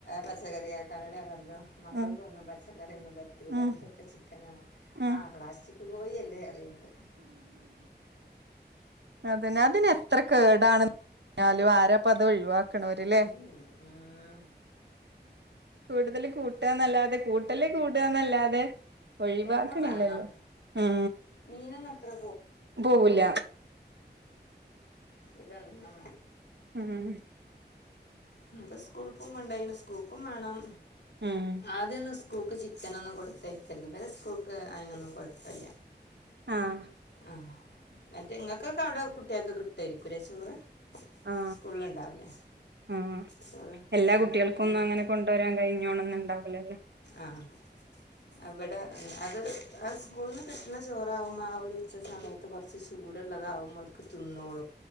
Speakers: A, on the left; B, on the right.
A: പച്ചകറി ആക്കാനിടയാ പറഞ്ഞു മക്കൾക്ക
B: ഉം
A: ഒന്നും പച്ച ക്കറിയൊന്നു പറ്റൂല
B: ഉം
A: അവർക്കൊക്കെ ചിക്കനാണ്
B: ഉം
A: ആ പ്ലാസ്റ്റിക്ക് <unintelligible> ദേ അറിയുണ്ട്.
B: അതെന്നെ അതിനെത്ര കേടാണ് പറഞ്ഞാലും ആരപ്പത് ഒഴിവാക്കണവരില്ലേ?
A: ഉം ഉം
B: കൂടുതല് കൂട്ടുകന്നല്ലാതെ കൂട്ടല് കൂട്ടുകന്നല്ലാതെ ഒഴിവാക്കണില്ലല്ലോ?
A: എന്നും വേണം
B: ഉം
A: മീനൊന്നും അത്ര
B: പോവൂല.
A: ഇത് എന്നാ
B: ഉം
A: ഇന്നിപ്പോ സ്കൂൾക്കും കൊണ്ടന് സ്കൂൾക്കും വേണം.
B: ഉം
A: ആദ്യം ന്ന് <unintelligible> കൂക്ക് ചിക്കൻ ഒന്നും കൊടുത്തെയ്ക്ക ക്കര്ത് ഇവരെ സ്കൂൾക്ക് അതിനൊന്നും കുഴപ്പമില്ല
B: ആഹ്
A: ആ മറ്റെങ്ങൾക്കൊക്കെ അവിടെ കുട്ടികൊക്കെ കിട്ട ഇരിക്കൂരെ ചോറ്?
B: ആ
A: സ്കൂളിലുണ്ടാവില്ലേ
B: ആ
A: ചോറ്
B: എല്ലാ കുട്ടികൾക്കും
A: ഇവർക്ക്
B: ഒന്നും
A: കൊണ്ട്
B: അങ്ങനെ കൊണ്ടുവരാൻ കഴിഞ്ഞോണം ഒന്നും ഇല്ലല്ലോ?
A: ആഹ് അവിടെ മ് അത് അ സ്കൂള്ന്ന് കിട്ടുന്ന ചോറാവും ആ ഒരു ഉച്ച സമയത്ത് കുറച്ച് ചൂടുള്ളതാകുമ്പോൾ അവർക്ക് തിന്നോളും.